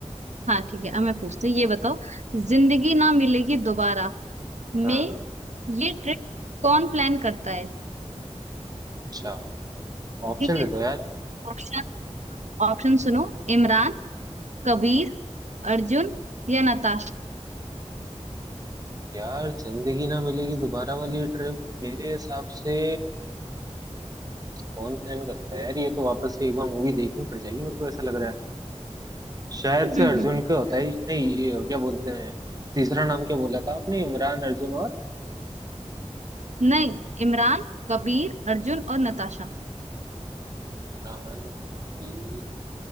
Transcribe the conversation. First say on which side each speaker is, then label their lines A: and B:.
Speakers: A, on the right (about 75°); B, on the right (about 30°).
A: हाँ ठीक है अब मैं पूछती हूँ ये बताओ जिंदगी ना मिलेगी दोबारा में
B: हाँ
A: ये ट्रिप कौन प्लान करता है
B: अच्छा ऑप्शन
A: ठीक
B: दे
A: है
B: दो यार
A: ऑप्शन ऑप्शन सुनो इमरान कबीर अर्जुन या नताशा
B: यार जिंदगी ना मिलेगी दोबारा वाली ट्रिप मेरे हिसाब से कौन प्लान करता है यार ये तो वापस से एक बार मूवी देखनी पड़ जाएगी मेरे को ऐसा लग रहा है शायद
A: <laughs>
B: से अर्जुन का होता ही नहीं ये क्या बोलते हैं तीसरा नाम क्या बोला था आपने इमरान अर्जुन और
A: नहीं इमरान कबीर अर्जुन और नताशा
B: इमरान कबीर